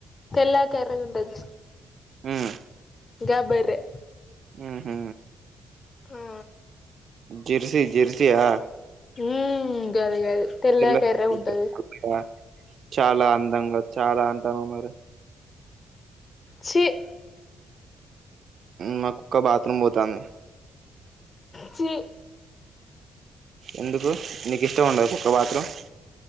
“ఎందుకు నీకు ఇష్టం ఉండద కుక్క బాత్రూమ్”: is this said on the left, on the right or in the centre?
Right